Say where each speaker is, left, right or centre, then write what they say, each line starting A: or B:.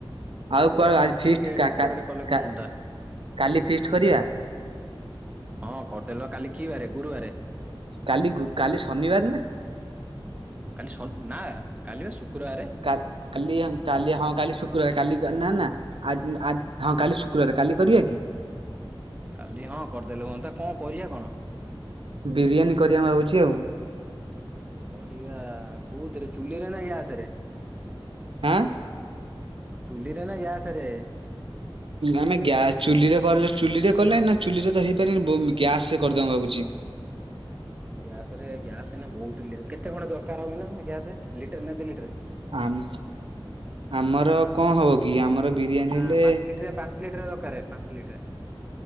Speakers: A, on the right; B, on the right.
A: କ୍ଲବର
B: ଆଉ କଣ ଆଜି
A: ଟିକେ
B: ଫିଷ୍ଟ କା
A: ଡେକୋରେଟ କଲେ କଣ
B: କା
A: ହୁଅନ୍ତା
B: କାଲି ଫିଷ୍ଟ କରିବା।
A: ହଁ କରିଦେଲ କାଲି କିି ବାରେ ଗୁରୁବାର।
B: କାଲି ଗୁ କାଲି ଶନିବାର ନା।
A: କାଲି ଶ ନା କାଲିି ବା ଶୁକ୍ରବାର।
B: କା କାଲି କାଲି ହଁ କାଲି ଶୁକ୍ରବାର କାଲି ନା ନା ଆ ଆ ହଁ କାଲି ଶୁକ୍ରବାର କାଲି କରିବା କି?
A: କାଲି ହଁ କରିଦେଲେ ହୁଅନ୍ତା କଣ କରିବା କଣ?
B: ବିରିୟାନୀ କରିବା ଭାବୁଛି ଆଉ
A: କରିବା କୋଉଥିରେ ଚୁଲିରେ ନା ଗ୍ୟାସରେ।
B: ହାଁ।
A: ଚୁଲିରେ ନା ଗ୍ୟାସରେ।
B: ଆମେ ଗ୍ୟା ଚୁଲିରେ କଲେ ଚୁଲିରେ କଲେ ନା ଚୁଲିରେ ତ ହେଇପାରନି ଗ୍ୟାସରେ କରିଦବା ଭାବୁଛି।
A: ଗ୍ୟାସରେ ଗ୍ୟାସ ବହୁତ କେତେ ଖଣ୍ଡେ ଦରକାର ହବ ନା ଗ୍ୟାସ ଲିଟର ନା ଦି ଲିଟର।
B: ଆମ୍ ଆମର କଣ ହବ କି ଆମର ବିରିୟାନୀ
A: ନା
B: ହେଲେ।
A: ପାଞ୍ଚ ଲିଟରିଆ ପାଞ୍ଚ ଲିଟର ଦରକାର ପାଞ୍ଚ ଲିଟର